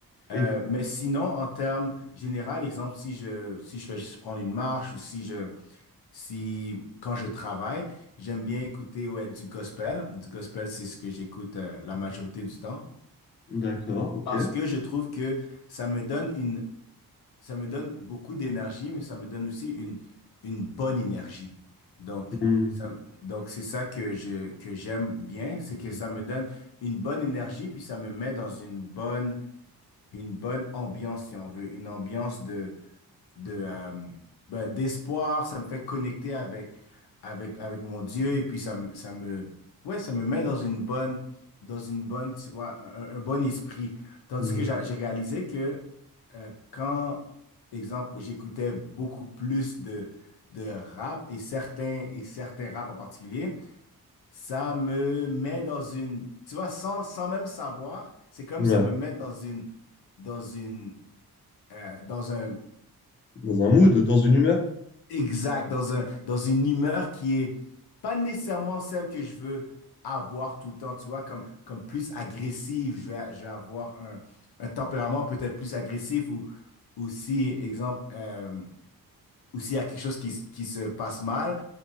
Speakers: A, on the left; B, on the left.
A: Euh,
B: Et
A: mais sinon, en termes général, exemple, si je, si je vais juste prendre une marche ou si je, si, quand je travaille, j'aime bien écouter ouais, du gospel. Du gospel, c'est ce que j'écoute euh, la majorité du temps.
B: d'accord, ok.
A: Parce que je trouve que ça me donne une, ça me donne beaucoup d'énergie, mais ça me donne aussi une, une bonne énergie. Donc,
B: Mhm.
A: ça, donc c'est ça que je, que j'aime bien, c'est que ça me donne une bonne énergie, puis ça me met dans une bonne, une bonne ambiance, si on veut, une ambiance de de, euh, ben, d'espoir, ça me fait connecter avec, avec, avec mon Dieu et puis ça, me- ça me, ouais, ça me met dans une bonne, dans une bonne, tu vois, un, un bon esprit. Tandis
B: Mhm.
A: que j'a- j'ai réalisé que euh, quand, exemple, j'écoutais beaucoup plus de, de rap et certains, et certains rap en particulier, ça me met dans une, tu vois, sans, sans même savoir, c'est comme
B: Ouais.
A: ça me met dans une, dans une, euh, dans un,
B: Dans un mood, dans une humeur?
A: Exact, dans un, dans une humeur qui est pas nécessairement celle que je veux avoir tout le temps, tu vois, comme, comme plus agressive, je vais, je vais avoir un, un tempérament peut-être plus agressif ou, ou si, exemple, euh, ou s'il y a quelque chose qui, s- qui se passe mal,